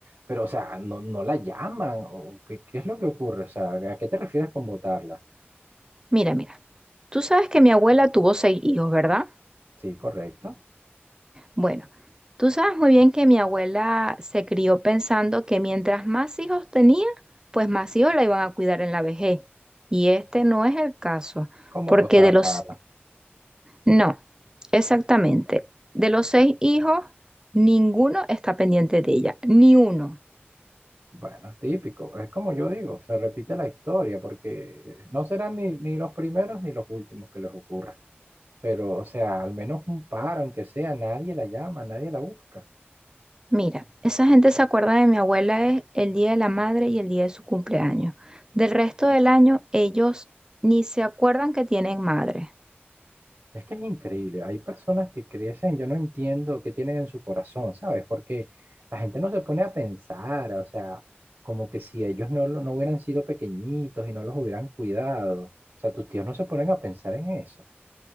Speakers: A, on the right; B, on the right.
A: pero o sea, no, no la llaman, o ¿qué, qué es lo que ocurre? O sea, ¿a qué te refieres con votarla?
B: Mira, mira, tú sabes que mi abuela tuvo seis hijos, ¿verdad?
A: Sí, correcto.
B: Bueno, tú sabes muy bien que mi abuela se crió pensando que mientras más hijos tenía, pues más hijos la iban a cuidar en la vejez. Y este no es el caso,
A: Como
B: porque
A: cosa
B: de los...
A: rara.
B: No, exactamente. De los seis hijos, ninguno está pendiente de ella, ni uno.
A: Bueno, es típico, es como yo digo, se repite la historia, porque no serán ni, ni los primeros ni los últimos que les ocurra. Pero, o sea, al menos un par, aunque sea, nadie la llama, nadie la busca.
B: Mira, esa gente se acuerda de mi abuela es el día de la madre y el día de su cumpleaños. Del resto del año, ellos ni se acuerdan que tienen madre.
A: Es que es increíble. Hay personas que crecen, yo no entiendo qué tienen en su corazón, ¿sabes? Porque la gente no se pone a pensar, o sea, como que si ellos no, lo- no hubieran sido pequeñitos y no los hubieran cuidado. O sea, tus tíos no se ponen a pensar en eso.